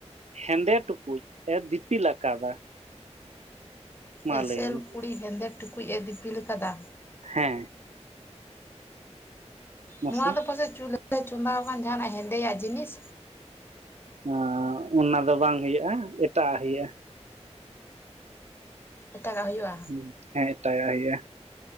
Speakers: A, on the right; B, on the left.
A: ᱦᱮᱸᱫᱮ ᱴᱩᱠᱩᱡ ᱮ ᱫᱤᱯᱤᱞ ᱟᱠᱟᱫᱟ ᱢᱟ
B: ᱮᱥᱮᱞ
A: ᱞᱟᱹᱭ ᱢᱮ
B: ᱠᱩᱲᱤ ᱦᱮᱸᱫᱮ ᱴᱩᱠᱩᱡ ᱮ ᱫᱤᱯᱤᱞ ᱟᱠᱟᱫᱟ
A: ᱦᱮᱸ ᱢᱟᱥᱮ
B: ᱱᱚᱣᱟ ᱫᱚ ᱯᱟᱥᱮᱡ ᱪᱩᱞᱦᱟᱹ <unintelligible> ᱪᱚᱸᱫᱟ ᱟᱠᱟᱱ ᱡᱟᱦᱟᱱᱟᱜ ᱦᱮᱸᱫᱮᱭᱟᱜ ᱡᱤᱱᱤᱥ
A: ᱟ ᱚᱱᱟ ᱫᱚ ᱵᱟᱝ ᱦᱩᱭᱩᱜᱼᱟ ᱮᱴᱟᱜ ᱦᱮᱭᱟᱜᱼᱟ
B: ᱮᱴᱟᱜᱟᱜ ᱦᱩᱭᱩᱜᱼᱟ
A: ᱦᱩ ᱦᱮᱸ <unintelligible>